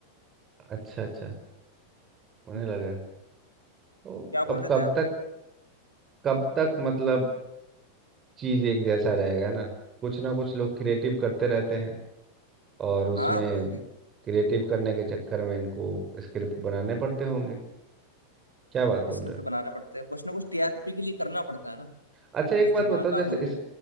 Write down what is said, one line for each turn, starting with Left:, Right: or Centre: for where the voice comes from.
Right: अच्छा अच्छा उन्हें
Left: हम्म,
Right: लगा तो
Left: क्या
Right: अब
Left: बोल रहे
Right: कब
Left: थे आप
Right: तक कब तक मतलब चीज एक जैसा रहेगा ना कुछ ना कुछ लोग क्रिएटिव करते रहते हैं और उसमें
Left: हाँ वो तो है
Right: क्रिएटिव करने के चक्कर में इनको स्क्रिप्ट बनाने पड़ते होंगे क्या बात बोल
Left: स्क्रिप्ट
Right: रहे हो
Left: बनाना पड़ता है कुछ ना कुछ टीआरपी के लिए करना पड़ता है ना
Right: अच्छा एक
Left: कुछ
Right: बात
Left: धमाका
Right: बताओ जैसे
Left: हो
Right: इस